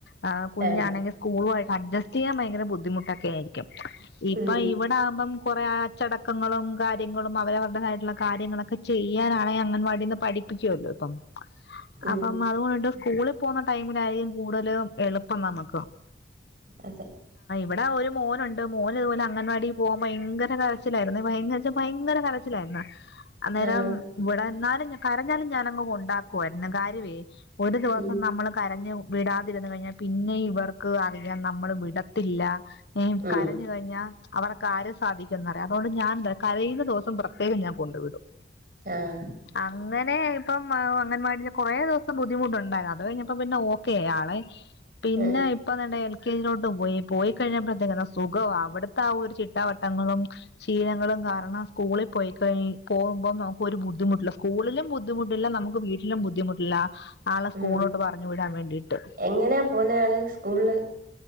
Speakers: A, on the left (about 65°); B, on the right (about 50°).
A: ഹ് കുഞ്ഞാണെങ്കി
B: ആഹ്
A: സ്കൂളു ആയിട്ട് അഡ്ജസ്റ്റ് എയ്യാൻ ഭയങ്കര ബുദ്ധിമുട്ടൊക്കെ ആയിരിക്കും ഇപ്പൊ
B: ഉം
A: ഇവടെ ആവ്മ്പം കൊറേ അച്ചടക്കങ്ങളും കാര്യങ്ങളും അവരവര്ടെതായിറ്റ്‌ള്ള കാര്യങ്ങളൊക്കെ ചെയ്യാനാണെ അങ്ങൻവാടിന്ന് പഠിപ്പിക്കുവല്ലോ ഇപ്പം
B: ഉം
A: അപ്പം അതുകൊണ്ട് സ് സ്കൂളി പോവ്ന്ന ടൈമിലായിരിക്കും കൂടുതലും എളുപ്പം നമക്ക്
B: അതെ
A: വ്ടെ ഒരു മോനുണ്ട് മോൻ ഇതുപോലെ അങ്ങൻവാടി പോവൻ ഭയങ്കര കരച്ചിലായിരുന്നെ ഭയങ്കര ഭയങ് ങ്കര കരച്ചിലായിരുന്നു അന്നേരം
B: ആഹ്
A: വ്ടെ ന്നാലും കരഞ്ഞാലും ഞാനങ്ങ് കൊണ്ടാക് ക്കുവായിര്ന്ന് കാര്യൊവേ ഒരു ദിവസം
B: ഉം
A: നമ്മള് കരഞ്ഞ് വിടാതിര്ന്ന് കഴിഞ്ഞാ പിന്നെ ഇവർക്ക് അറിയാം നമ്മള് വിടത്തില്ല ഏ
B: ഉം
A: കരഞ്ഞ് കഴിഞ്ഞാ അവര കാര്യം സാധിക്കുംന്നറിയ അതുകൊണ്ട് ഞാൻന്ത കരയുന്ന സം പ്രത്യേകം ഞാൻ കൊണ്ട് വിടും
B: ആഹ്
A: അങ്ങ നേ ഇപ്പം അങ്ങൻവാടില് കൊറേ ദിവസം ബുദ്ധിമുട്ടുണ്ടായി അത് കഴിഞ്ഞപ്പോ പിന്നെ ഓക്കെ ആ ആള് പിന്നെ
B: ആഹ്
A: ഇപ്പൊന്നണ്ട് എൽ കേജിലോട്ട് പോയി പോയി കഴിഞ്ഞപ്പോഴത്തേക്ക്‌ അതാ സുഖൊവാ അവ്ടുത്ത ആ ഒരു ചിട്ടാവട്ടങ്ങളും ശീലങ്ങളും കാരണം സ്കൂളി പോയിക്കഴി പോവുമ്പം നമുക്ക് ഒരു ബുദ്ധിമുട്ടുല്ല സ്കൂളിലും ബുദ്ധിമുട്ടില്ല നമുക്ക് വീട്ടിലും ബുദ്ധിമുട്ടില്ല ആളെ സ്കൂൾലോട്ട്
B: ഉം
A: പറഞ്ഞു വിടാൻ വേണ്ടിട്ട്
B: എങ്ങനാ പോവുന്നെ ആള് സ്കൂളില്